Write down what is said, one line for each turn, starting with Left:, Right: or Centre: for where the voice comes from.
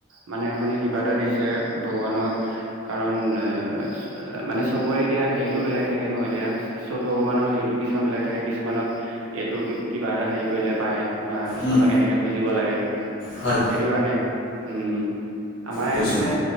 Right: মানে আপুনি কিবা এটা দিছে ভগৱানক। কাৰণ এ মানে চবৰে এতিয়া হেৰিতটো বেলেগ থাকে ন। এতিয়া- চব ভগৱানৰ হেৰিটো কিছুমান বেলেগ থাকে। কিছুমানক এইটো কিবা এটা হেৰি কৰিলে পায়। বা কিছুমানক
Left: উম
Right: এনেকে পুজিব লাগে।
Left: হয়।
Right: সেইটো কাৰণে উম আমাৰ
Left: বুজিছোঁ
Right: এইফালে